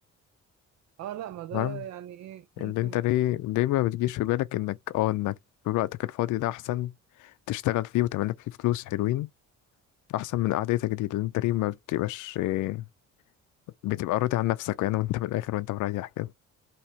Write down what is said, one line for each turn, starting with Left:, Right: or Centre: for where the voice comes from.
Right: اه لا ما ده
Left: فاهم
Right: يعني ايه ممكن
Left: اللي انت ليه ليه ما بتجيش في بالك انك اه انك في وقتك الفاضي ده احسن تشتغل فيه وتعمل لك فيه فلوس حلوين احسن من قعدتك دي اللي انت ليه ما بتبقاش إيه، بتبقى راضي عن نفسك يعني وانت من الاخر وانت مريح كده